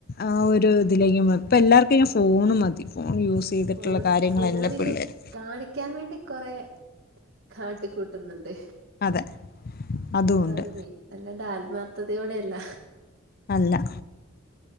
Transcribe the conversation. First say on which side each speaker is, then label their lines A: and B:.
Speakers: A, on the left; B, on the right.
A: ആ ഒരു ഇതിലേക്ക് ഇപ്പയ്ന് എല്ലാർക്കും ഫോൺ മതി. ഫോൺ യൂസ് ചെയ്തിട്ടുള്ള
B: ഫോണ്
A: കാര്യങ്ങളെല്ലപിള്ളേര്
B: ഫോണില് കാണിക്കാൻ വേണ്ടി കൊറേ കാട്ടി കൂട്ടുന്നുണ്ട്.
A: അതെ. അതും
B: അതാണ്
A: ഉണ്ട്
B: മെയിൻ. അല്ലാണ്ട് ആൽമാർത്ഥതയോടെയല്ല.
A: അല്ല.